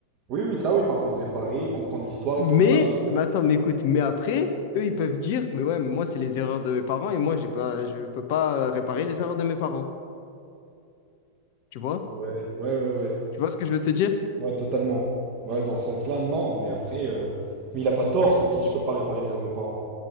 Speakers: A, on the right (about 40°); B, on the left (about 50°).
A: Oui, oui, ça oui, par contre, réparer, comprendre l'histoire
B: Mais,
A: et tout, ça oui.
B: mais attends, mais écoute, mais après, eux, ils peuvent dire, mais ouais, mais moi, c'est les erreurs de mes parents et moi, j'ai pas, je peux pas euh, réparer les erreurs de mes parents. Tu vois?
A: Ouais, ouais, ouais, ouais.
B: Tu vois ce que je veux te dire?
A: Ouais, totalement. Ouais, dans ce sens-là, non. Mais après, euh, mais il a pas tort, celui qui dit je peux pas réparer les erreurs de mes parents.